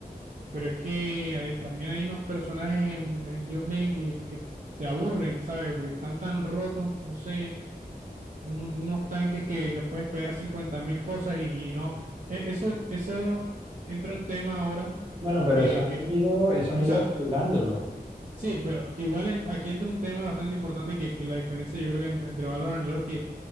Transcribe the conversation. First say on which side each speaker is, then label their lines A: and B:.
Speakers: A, on the right; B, on the right.
A: pero es que hay- también hay unos personajes en, en League of Legends que, que t- te aburren, ¿sabes? Porque están tan rotos, no sé, un- unos tanques que les puedes pegar 50 mil cosas y, y no. e- Eso, eso entra en tema ahora
B: bueno, pero
A: que,
B: eso han
A: que,
B: ido, eso han
A: o
B: ido
A: sea,
B: regulándolo.
A: Sí, pero igual en- aquí entra un tema bastante importante que, que la diferencia yo creo que en- entre Valorant y LoL, que